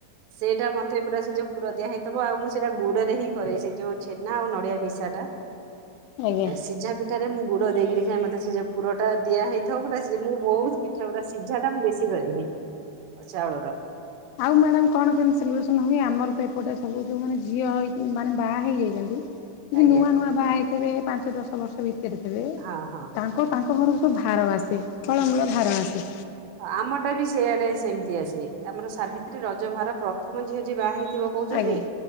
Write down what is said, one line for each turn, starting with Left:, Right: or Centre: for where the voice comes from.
Right: ସେଇଟା ମତେ ପୁରା ସେ ଯୋଉ ପୁର ଦିଆ ହେଇଥିବ ଆଉ ମୁଁ ସେଇଟା ଗୁଡରେ ହିଁ କରେ ସେ ଯୋଉ ଛେନା ଆଉ ନଡିଆ ମିଶାଟା।
Left: ଆଜ୍ଞା।
Right: ସିଝା ପିଠା ରେ ମୁଁ ଗୁଡ଼ ଦେଇକିରି ଖାଏ ମତେ ସେ ଯୋଉ ପୁର। ଦିଆ ହେଇଥିବ ପୁରା ସେ ମୁଁ ବହୁତ ପିଠା ପୁରା ସିଝା ଟା ମୁଁ ବେଶୀ କରିବି ଚାଉଳର।
Left: ଆଉ ମ୍ୟାଡ଼ାମ୍ କଣ କେମିତି ସେଲିବ୍ରେସନ ହୁଏ ଆମର ତ ଏପଟେ ସବୁ ଯୋଉ ମାନେ ଝିଅ ଇ ମାନେ ବାହା ହେଇଯାଇଛନ୍ତି। ଯିଏ
Right: ଆଜ୍ଞା
Left: ନୂଆ ନୂଆ ବାହା ହେଇଥିବେ ପାଞ୍ଚ ଦଶ ବର୍ଷ ଭିତରେ ଥିବେ।
Right: ହଁ ହଁ।
Left: ତାଙ୍କ ଘରକୁ ତ ଭାର ଆସେ ଫଳମୂଳ ଭାର ଆସେ।
Right: ଆମ ଟା ବି ସିଆଡେ ସେମିତି ଆସେ ଆମର ସାବିତ୍ରୀ ରଜ ଭାର ପ୍ରଥମ ଝିଅ ଯିଏ ବାହା ହେଇଥିବ। କହୁଛ
Left: ଆଜ୍ଞା
Right: ତାଙ୍କ <unintelligible>